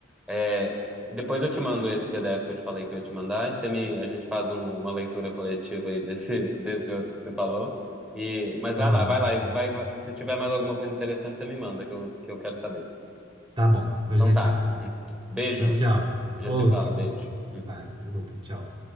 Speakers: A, in the centre; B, on the right (about 25°).
A: é, depois eu te mando esse PDF que eu te falei que eu ia te mandar. E você me... A gente faz um- uma leitura coletiva aí desse, <laughs> desse outro que você falou. E... Mas
B: Tá
A: vai lá,
B: bom,
A: vai lá. e Vai... vai- Se tiver mais alguma coisa interessante, você me manda, que eu, que eu quero saber.
B: tá bom, pode
A: Então
B: deixar.
A: tá. hum, Beijo.
B: Então, tchau.
A: A gente
B: Outro.
A: se fala, beijo. hum.
B: Ah, outro, tchau.